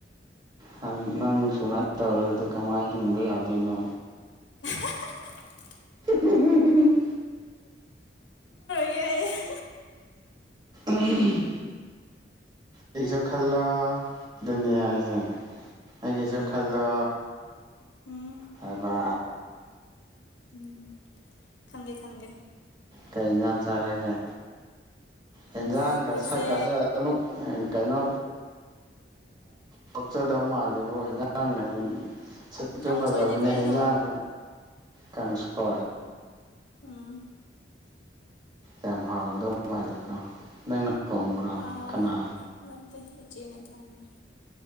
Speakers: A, on the right; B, on the left.
A: ꯍꯥꯏ ꯅꯪ ꯁꯨꯃꯥꯏꯅ ꯇꯧꯔꯒꯗꯤ ꯀꯃꯥꯏꯅ ꯍꯤꯡꯕ ꯌꯥꯗꯣꯏꯅꯣ
B: <unintelligible>
A: ꯎꯝ
B: ꯌꯥꯏ
A: ꯎꯝ ꯑꯩꯁꯨ ꯈꯜꯂ ꯑꯗꯨꯅꯤ ꯍꯥꯏꯁꯦ ꯑꯩꯒꯤꯁꯨ
B: ꯎꯝ
A: ꯈꯜꯗꯣ
B: ꯎꯝ
A: ꯍꯥꯏꯕ
B: ꯎꯝ ꯈꯪꯒꯦ ꯈꯪꯒꯦ
A: ꯀꯩꯅꯟ ꯁꯔꯒ ꯌꯦꯟꯖꯥꯡꯒ
B: ꯑꯩꯈꯣꯏꯁꯦ
A: ꯁꯛꯀꯁꯦ ꯑꯗꯨꯝꯃꯛ ꯀꯩꯅꯣ ꯄꯛꯆꯗꯧ ꯃꯥꯜꯂꯦꯕꯨ ꯏꯖꯥꯡꯉꯩꯅ ꯁ ꯍꯦ
B: ꯀꯥꯡꯁꯣꯏꯅꯤ
A: ꯐꯖꯥꯕꯅꯦ
B: ꯀꯩꯅꯣ
A: ꯍꯖꯥꯡ ꯀꯪꯁ
B: ꯎꯝ
A: ꯌꯥꯝ ꯍꯥꯎꯋꯗꯧꯕ ꯃꯥꯂꯦꯀꯣ ꯅꯪꯅ ꯊꯣꯡꯕ꯭ꯔꯥ
B: ꯍꯣꯏ
A: ꯀꯅꯥ
B: ꯅꯠꯇ ꯏꯆꯦꯅꯤ ꯊꯣꯡꯅꯦ